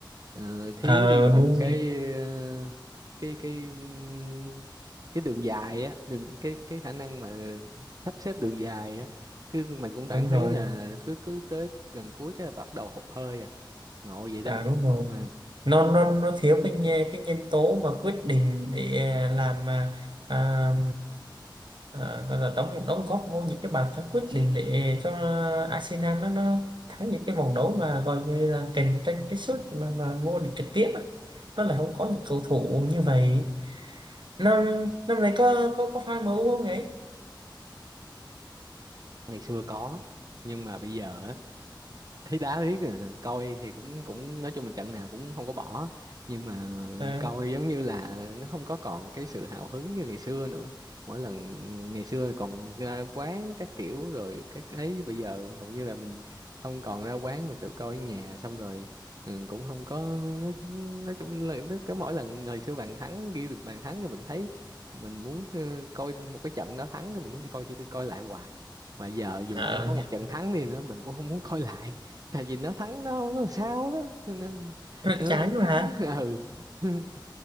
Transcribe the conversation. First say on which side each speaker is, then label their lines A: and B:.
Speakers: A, on the right; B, on the right.
A: Ờ, thiếu
B: ờ
A: đi một
B: đúng
A: cái ờ, cái cái ừm, cái đường dài á đường cái cái khả năng mà sắp xếp đường dài á cứ mình cũng cảm
B: đúng
A: thấy
B: rồi
A: là cứ cứ tới gần cuối cái là bắt đầu hụt hơi à ngộ vậy đó
B: à đúng rồi
A: ừ,
B: nó nó nó thiếu cái nhe- cái nhân tố mà quyết định để à, làm mà à, à, gọi là đóng đóng góp vô những cái bàn thắng quyết định để cho Arsenal nó nó thắng những cái vòng đấu mà gọi như là cạnh tranh cái suất mà mà vô địch trực tiếp á. nó là không có những cầu thủ như vậy năm năm nay có có có fan MU không ấy
A: ngày xưa có nhưng mà bây giờ á, thấy đá riết à, coi thì cũng cũng nói chung là trận nào cũng không có bỏ nhưng mà
B: à,
A: coi giống như là nó không có còn cái sự hào hứng như ngày xưa nữa mỗi lần ngày xưa còn ra quán các kiểu rồi các ấy bây giờ hầu như là mình không còn ra quán mình tự coi ở nhà xong rồi ừ, cũng không có nói, nói chung là nó cứ mỗi lần hồi xưa bạn thắng ghi được bàn thắng thì mình thấy mình muốn ờ, coi một cái trận đó thắng thì mình muốn đi coi đi coi lại hoài mà giờ dù
B: à,
A: cho có một trận thắng đi nữa mình cũng không muốn coi lại tại vì nó thắng nó không có sao đó cho nên
B: rất
A: nó
B: chán mà hả
A: <laughs> ừ <laughs>